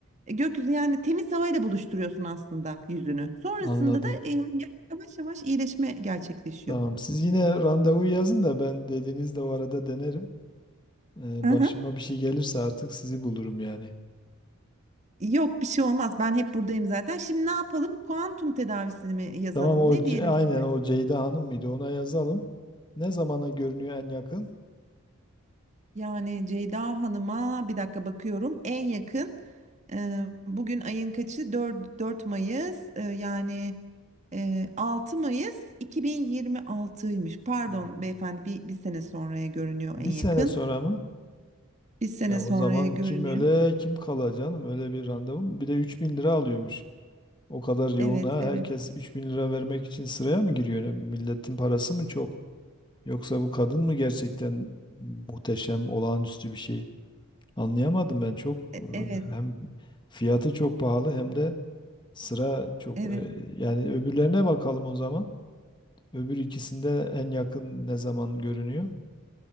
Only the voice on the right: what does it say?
e, gökyüzü yani temiz havayla buluşturuyorsun aslında yüzünü. Sonrasında
da e, yavaş yavaş iyileşme gerçekleşiyor.
Aha.
Yok bir şey olmaz. Ben hep buradayım zaten. Şimdi ne yapalım? Kuantum tedavisini mi yazalım?
Ne
diyelim
size?
Yani Ceyda Hanım'a bir dakika bakıyorum. En yakın e, bugün ayın kaçı? Dört 4 Mayıs. E, yani e, 6 Mayıs 2026'ymış. Pardon
beyefendi bir, bir sene sonraya görünüyor
en yakın.
Bir sene
sonraya
görünüyor.
Evet,
evet,
e-
evet,
evet.